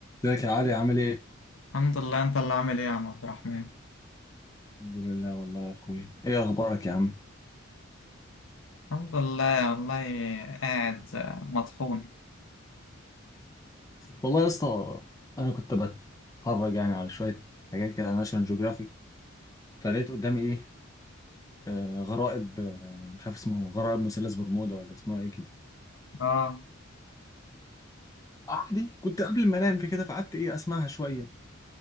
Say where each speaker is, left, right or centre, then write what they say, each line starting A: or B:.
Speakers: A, on the left (about 15°); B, on the left (about 75°).
A: ازيك يا علي عامل ايه؟
B: الحمد لله انت اللي عامل ايه يا عم عبد الرحمن
A: الحمد لله والله يا اخوي ايه اخبارك يا عم؟
B: الحمد لله والله قاعد آه، مطحون
A: والله يا اسطى انا كنت بتفرج يعني على شويه حاجات كده على ناشونال جيوغرافيك فلقيت قدامي ايه آه غرائب آه مش عارف اسمه غرائب مثلث برمودا ولا اسمها ايه كده
B: اه
A: عادي كنت قبل ما انام في كده فقعدت ايه اسمعها شويه